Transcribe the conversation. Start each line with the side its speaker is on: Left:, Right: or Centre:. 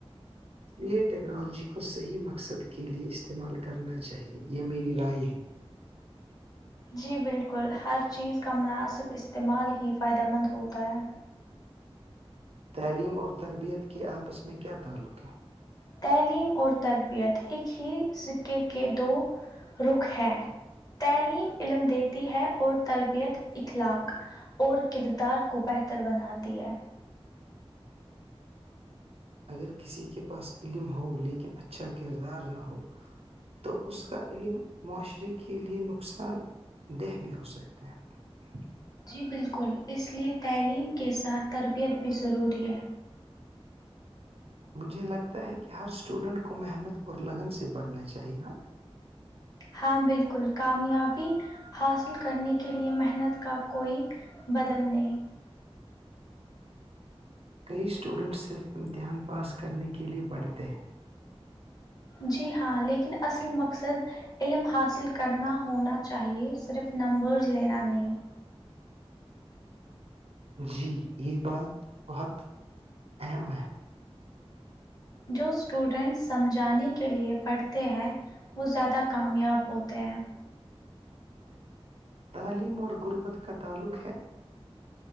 Right: یہ ٹیکنالوجی کو صحیح مقصد کے لیے استعمال کرنا چاہیے یہ میری رائے ہے
Left: جی بالکل ہر چیز کا مناسب استعمال ہی فائدہ مند ہوتا ہے
Right: تعلیم اور تربیت کے آپس میں کیا تعلق ہے
Left: تعلیم اور تربیت ایک ہی سک کے دو رخ ہیں تعلیم علم دیتی ہے اور تربیت اخلاق اور کردار کو بہتر بناتی ہے
Right: اگر کسی کے پاس علم ہو لیکن اچھا کردار نہ ہو تو اس کا علم معاشرے کے لیے نقصان دہ بھی ہو سکتے ہیں
Left: جی بالکل اس لیے تعلیم کے ساتھ تربیت بھی ضروری ہے <inaudible>
Right: مجھے لگتا ہے کہ ہر اسٹوڈینٹ کو محنت اور لگن سے بڑھنا چاہیے نا
Left: ہاں بالکل کامیابی حاصل کرنے کے لیے محنت کا کوئی بدلنے <unintelligible>
Right: کئی اسٹوڈنٹس صرف امتحان پاس کرنے کے لیے پڑھتے ہیں
Left: جی ہاں لیکن اصل مقصد علم حاصل کرنا ہونا چاہیے صرف نمبرز لینا نہیں
Right: جی یہ بات بہت اہم ہے
Left: جو اسٹوڈینٹس سمجھانے کے لیے پڑھتے ہیں وہ زیادہ کامیاب ہوتے ہیں
Right: تعلیم اور غربت کا تعلق ہے